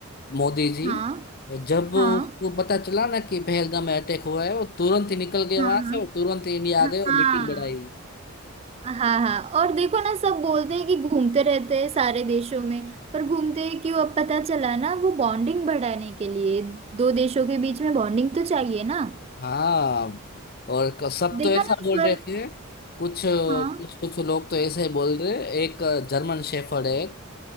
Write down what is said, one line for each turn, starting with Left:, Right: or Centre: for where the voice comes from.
Left: मोदी जी
Right: हाँ
Left: जब उसको
Right: हाँ
Left: पता चला ना कि पहलगाम में अटैक हुआ है वो तुरंत ही निकल गए
Right: हाँ
Left: वहां से और तुरंत ही इंडिया
Right: हाँ
Left: आ गए और
Right: हाँ
Left: मीटिंग बढ़ाई
Right: हाँ हाँ हाँ, और देखो ना सब बोलते हैं कि घूमते रहते हैं सारे देशों में पर घूमते हैं क्यों अब पता चला ना वो बॉन्डिंग बढ़ाने के लिए दो देशों के बीच में बॉन्डिंग तो चाहिए ना
Left: हाँ और क- सब
Right: देखा
Left: तो ऐसा
Right: ना इस
Left: बोल
Right: बार
Left: रहे थे कुछ कुछ
Right: हाँ
Left: कुछ लोग तो ऐसे ही बोल रहे एक जर्मन शेफर्ड है